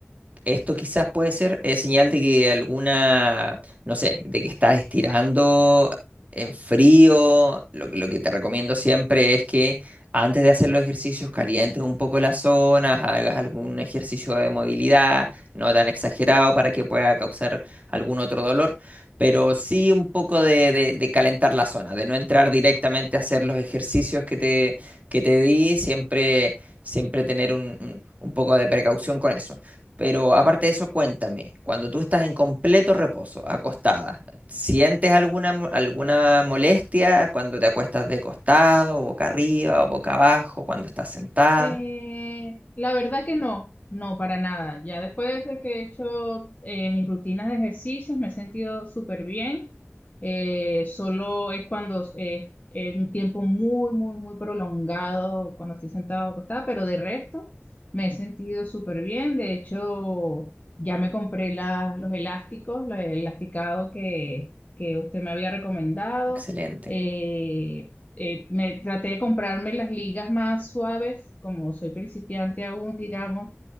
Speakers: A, on the right (about 35°); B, on the left (about 35°).
A: Esto quizás puede ser eh, señal de que alguna, no sé, de que estás estirando en frío. Lo, que lo que te recomiendo siempre es que antes de hacer los ejercicios calientes un poco las zonas, hagas algún ejercicio de movilidad, no tan exagerado para que pueda causar algún otro dolor, pero sí un poco de, de- de calentar la zona, de no entrar directamente a hacer los ejercicios que te, que te di, siempre, siempre tener un un- un poco de precaución con eso. Pero aparte de eso, cuéntame, cuando tú estás en completo reposo, acostada, ¿sientes alguna, mo- alguna molestia cuando te acuestas de costado, boca arriba o boca abajo, cuando estás sentada?
B: Eh, la verdad que no, no, para nada. Ya después de que he hecho eh, mis rutinas de ejercicios me he sentido súper bien. Eh, solo es cuando es es un tiempo muy, muy, muy prolongado, cuando estoy sentada o acostada, pero de resto me he sentido súper bien. De hecho, ya me compré la- los elásticos, los elasticados que, que usted me había recomendado.
A: Excelente.
B: Eh, eh, me traté de comprarme las ligas más suaves, como soy principiante aún, digamos,